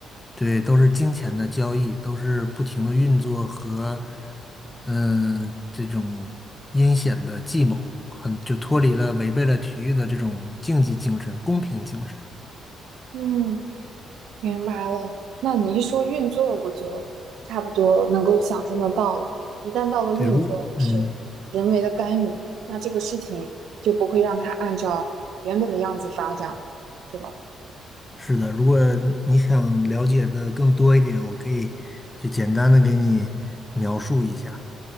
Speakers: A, on the left; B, on the right.
A: 对，都是金钱的交易，都是不停的运作和，嗯，这种阴险的计谋，很就脱离了违背了体育的这种竞技精神、公平精神。
B: 嗯，明白了。那你一说运作，我就差不多能够想象得到了。一旦到了运作，
A: 对，如嗯，
B: 就是人为的干预，那这个事情就不会让它按照原本的样子发展了，是吧？
A: 是的，如果你想了解的更多一点，我可以就简单的给你描述一下。